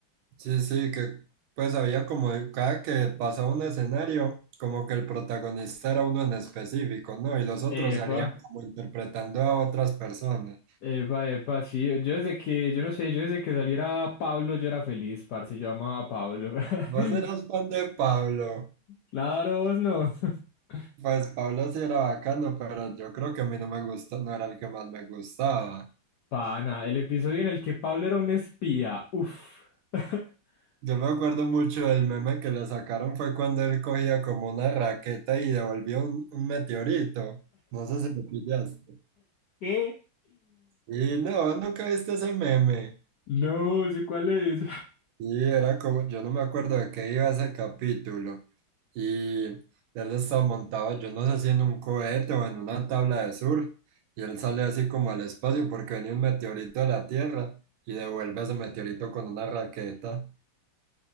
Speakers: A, on the right; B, on the left.
A: Sí, sí, que pues había como cada que pasaba un escenario, como que el protagonista era uno en específico, ¿no? Y los otros
B: Epa.
A: salían como interpretando a otras personas.
B: Epa, epa, sí, yo desde que, yo no sé, yo desde que saliera Pablo yo era feliz, parce, yo amaba a Pablo.
A: Vos
B: <laughs>
A: eras fan de Pablo.
B: Claro, vos no. <laughs>
A: Pues Pablo sí era bacano, pero yo creo que a mí no me gusta, no era el que más me gustaba.
B: Pana, el episodio en el que Pablo era un espía. Uf. <laughs>
A: Yo me acuerdo mucho del meme que le sacaron fue cuando él cogía como una raqueta y devolvió un, un meteorito. No sé si lo pillaste.
B: ¿Qué?
A: Y no, nunca viste ese meme.
B: No, sé cuál es.
A: Y era como, yo no me acuerdo de qué iba ese capítulo. Y él estaba montado, yo no sé si en un cohete o en una tabla de surf. Y él sale así como al espacio porque venía un meteorito a la Tierra y devuelve ese meteorito con una raqueta.